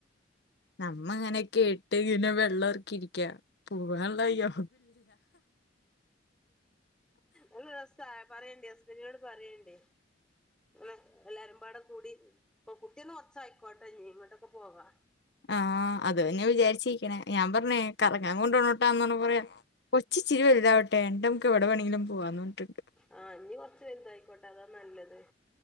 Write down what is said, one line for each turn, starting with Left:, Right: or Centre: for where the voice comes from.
Left: നമ്മ അങ്ങനെ കേട്ട് ഇങ്ങനെ വെള്ളം ഇറക്കിയിരിക്കാണ് പോവാനുള്ള വയ്യോ
Centre: ഒരുരസ് ത്താ പറയണ്ടേ ഹസ്ബന്റിനോട് പറയണ്ടേ ഇങ്ങനെ എല്ലാരുംമ്പാടെകൂടി ഇപ്പൊ കുട്ടിയൊന്ന് കൊറച്ചായിക്കോട്ടെ ഞ്ഞീ ഇങ്ങോട്ടൊക്കെ പോവാം
Left: ആ അതുതന്നെയാ വിചാരിച്ചിരിക്കണേ ഞാൻ പറഞ്ഞേ കറങ്ങാൻ കൊണ്ടോണോട്ടാന്നറഞ്ഞപ്പൊ പറയാ കൊച്ചിച്ചിരി വലുതാവട്ടെ എണ്ട് നമുക്കെവിടെ വേണങ്കിലും പോവാന്ന് പറഞ്ഞിട്ടുണ്ട്
Centre: ആ ഇനികൊറച്ച് വലുതായിക്കോട്ടെ അതാനല്ലത്